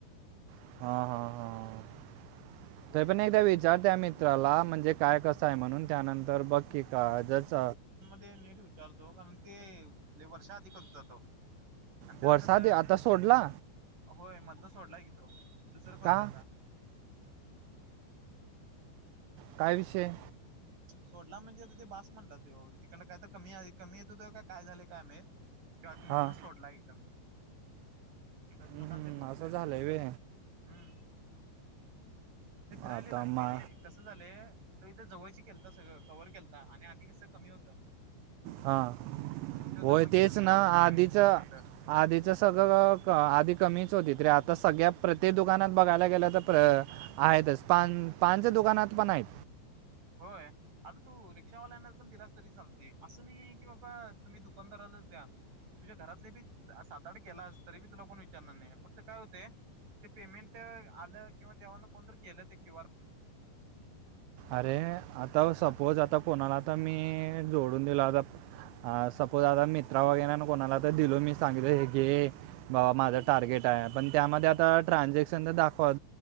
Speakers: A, on the right; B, on the right.
A: हा.. हा... हा तरी पण एकदा विचार त्या मित्राला म्हणजे काय कसं आहे म्हणून त्यानंतर तर बक्की का जस
B: ते नीट विचारतो कारण ते.. वर्षा आधी करत जातो. आणि त्याज
A: वर्षा
B: कस..
A: दे आता सोडला
B: होय, मधन सोडलाय की तो, दुसरं करतोय
A: का
B: आता
A: काय विषय?
B: सोडला म्हणजे ते बास म्हटला त्यो.. तिकडं काय तर कमी.. कमी येत हो काय झाले काय माहित? किंवा मधनच
A: हा
B: सोडला एकदम तर दुकान
A: हम्म,
B: न ते बघतो
A: असं झालंय
B: तर त्यांच..
A: वे
B: हम्म फिरायला
A: आता
B: लागते
A: मा
B: ती कसं झालंय ते इथे जवळची केलता सगळं कवर केलता आणि आधी कसं कमी होतं.
A: हा...
B: म्हणून तो जवळची
A: होय तेच
B: सगळी आवरलाय
A: ना आधीच आधीच
B: खर तर
A: सगळं अ.. आधी कमीच होती ते आता सगळ्या प्रत्येक दुकानात बघायला गेलं तर अ.. आहेतच.. पान... पानच्या दुकानात पण आहेत.
B: होय. आता तू रिक्षावाल्यांना पण दिलास तरी चालतेय, असं नाही की बाबा तुम्ही दुकानदारालाच द्या. तुझ्ये घरातले बी सात -आठ केलास तरी बी तूला कोण विचारणार नाही फक्त काय होतंय. ते पेमेंट आलं.. किंवा तेव्हा कोणत केलं ते क्यू. आर. कोड
A: अरे... आता
B: याला
A: सपोज आता कोणाला आता मी.. जोडून दिला आता आ... सपोज आता मित्रा वगैर ना कोणाला तर दिलो मी चांगले है की बाबा माझं टार्गेट हाय पण त्यामध्ये आता ट्रान्झॅक्शन तर दाखवा..